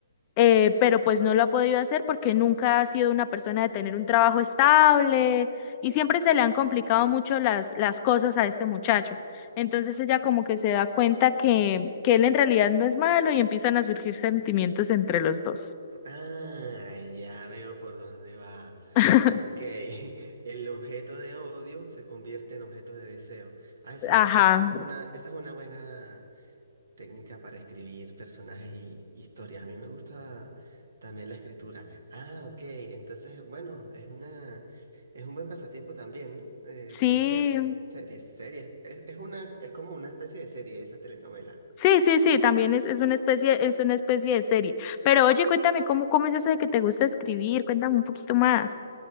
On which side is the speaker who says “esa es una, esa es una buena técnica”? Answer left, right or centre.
Right